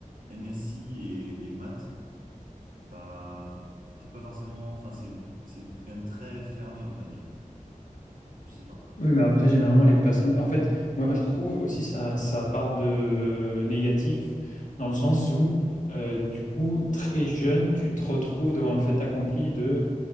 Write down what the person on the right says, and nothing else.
NSI et, et maths, bah, c'est pas forcément, enfin, c'est, c'est quand même très fermé, on va dire. Je sais pas.
Mais,